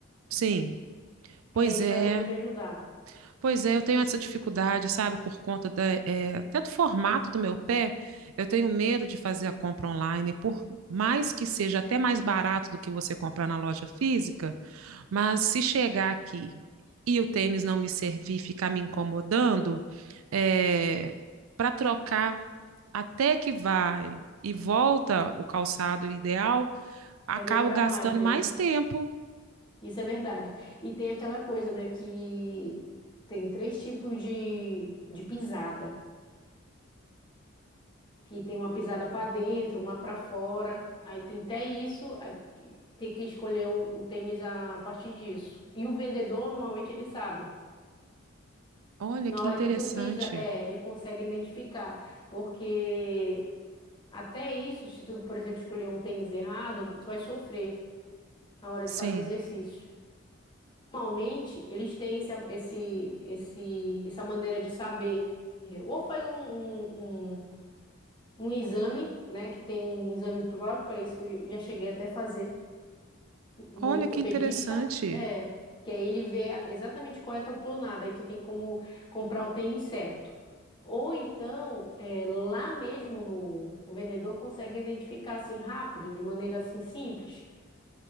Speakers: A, on the right; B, on the left.
A: sim.
B: que
A: Pois
B: aí ele
A: é,
B: vai poder te ajudar.
A: pois é, eu tenho essa dificuldade, sabe, por conta da, é, até do formato do meu pé. Eu tenho medo de fazer a compra online, por mais que seja até mais barato do que você comprar na loja física. Mas se chegar aqui e o tênis não me servir, ficar me incomodando, é, para trocar até que vai e volta o calçado ideal, acabo
B: Vai demorar
A: gastando
B: mais mesmo.
A: mais tempo.
B: Isso é verdade. E tem aquela coisa, né, que tem três tipos de, de pisada, que tem uma pisada para dentro, uma para fora. Aí tem até isso, aí tem que escolher o, o tênis a partir disso. E o vendedor normalmente ele sabe.
A: Olha
B: Na
A: que
B: hora
A: interessante.
B: que tu pisa, é, ele consegue identificar, porque até isso, se tu, por exemplo, escolher um tênis errado, tu vai sofrer na hora
A: Sim,
B: de fazer exercício. Normalmente, eles têm esse, esse, esse, essa maneira de saber. É, Ou faz um, um, um, um exame, né, que tem um exame próprio para isso que eu já cheguei até a fazer no
A: olha
B: ortopedista,
A: que interessante.
B: é, que aí ele vê a- exatamente qual é a tua pronada, aí tu tem como comprar o tênis certo. Ou então, é, lá mesmo no, o vendedor consegue identificar assim rápido, de maneira assim simples,